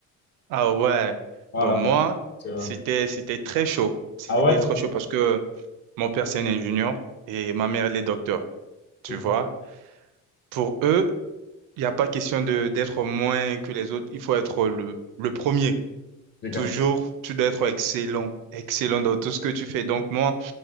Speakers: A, on the right (about 80°); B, on the left (about 35°).
A: Ah ouais.
B: Voilà.
A: Bon, moi,
B: C'est-
A: c'était c'était très chaud. C'était
B: Ah ouais?
A: trop chaud parce que mon père, c'est un ingénieur et ma mère, elle est docteur. Tu
B: Ouf,
A: vois? Pour eux, il n'y a pas question de d'être moins que les autres. Il faut être le, le premier.
B: j'ai cap-
A: Toujours, tu dois être excellent. Excellent dans tout ce que tu fais. Donc, moi,